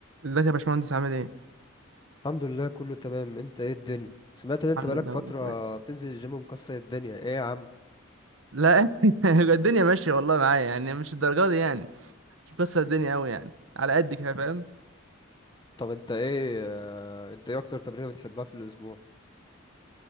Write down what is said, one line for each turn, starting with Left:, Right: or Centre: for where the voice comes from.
Right: ازيك يا باشمهندس عامل ايه؟
Left: الحمد لله كله تمام انت ايه الدنيا سمعت ان انت
Right: الحمد
Left: بقالك
Right: لله
Left: فترة
Right: وانا كويس
Left: بتنزل الجيم ومكسر الدنيا ايه يا عم
Right: لا <laughs> الدنيا ماشية والله معايا يعني مش الدرجة دي يعني مش مكسر الدنيا قوي يعني على قد كده فاهم
Left: طب انت ايه اه، انت ايه اكتر تمرينة بتحبها في الاسبوع